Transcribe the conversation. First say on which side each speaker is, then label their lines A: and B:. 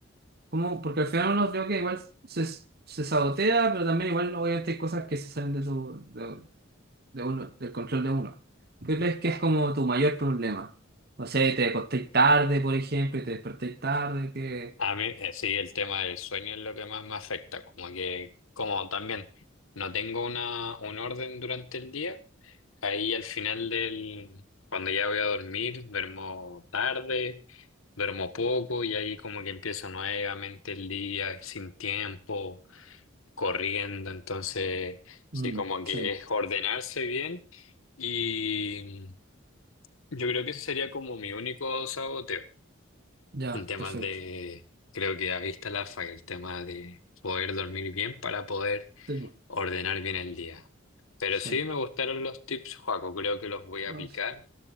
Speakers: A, on the right (about 50°); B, on the left (about 80°).
A: como Porque al final uno creo que igual se, se sabotea, pero también igual obviamente hay cosas que se salen de tu, de, de uno, del control de uno. ¿Qué crees que es como tu mayor problema? No sé, te acostéis tarde, por ejemplo, y te despertéis tarde, que...
B: A mí, eh, sí, el tema del sueño es lo que más me afecta, como que, como también no tengo una, un orden durante el día, ahí al final del, cuando ya voy a dormir, duermo tarde, duermo poco y ahí como que empieza nuevamente el día sin tiempo. corriendo, entonces sí,
A: Mm,
B: como que
A: sí,
B: es ordenarse bien y yo creo que ese sería como mi único saboteo
A: ya,
B: en temas
A: perfecto.
B: de, creo que ahí está la falla, el tema de poder dormir bien para poder
A: Sí, po,
B: ordenar bien el día. Pero
A: sí.
B: sí me gustaron los tips, Joaco, creo que los voy a
A: Vas.
B: aplicar.